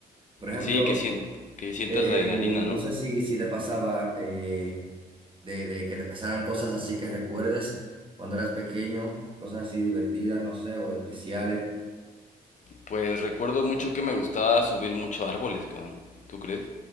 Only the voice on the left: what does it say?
Sí, que, sien- que sientas
la adrenalina,
¿no?
Pues recuerdo mucho que me gustaba subir mucho árboles, cabrón. ¿Tú crees?